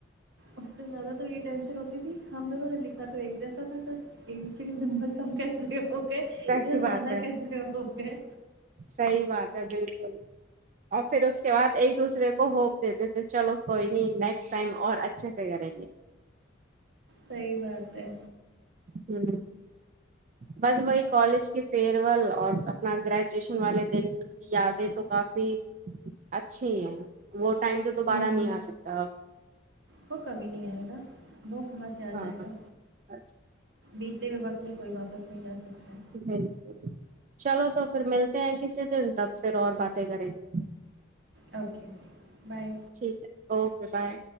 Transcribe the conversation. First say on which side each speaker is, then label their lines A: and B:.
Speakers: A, on the right; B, on the right.
A: اس سے زیادہ تو یہ ٹینشن ہوتی تھی ہم دونوں نے لکھا تو ایک جیسا تھا تو آئیسرے نمبر کم کیسے ہو گئے
B: صحیح
A: یا
B: بات
A: زیادہ کیسے ہو گئے
B: کئی بات بالکل اور پھر اس کے بعد ایک دوسرے کو ہوپ دیتے تھے چلو کوئی نہیں نیکسٹ ٹائم اور اچھے سے کریں گے
A: صحیح بات ہے
B: ہوں بس وہی کالج کی فیئر ول اور اپنا گریجویشن والے دن یادیں تو کافی اچھی ہیں وہ ٹائم تو دوبارہ
A: ہوں
B: نہیں آ سکتا اب
A: وہ کبھی نہیں آئے گا وہ کہاں سے
B: اب
A: آ جائے گا
B: ہاں
A: بیتے ہوئے وقت میں کوئی واپس نہیں جا سکتا ہے
B: بالکل چلو تو پھر ملتے ہیں کسی دن تب پھر اور باتیں کریں گے
A: اوکے بائے
B: ٹھیک ہے اوکے بائے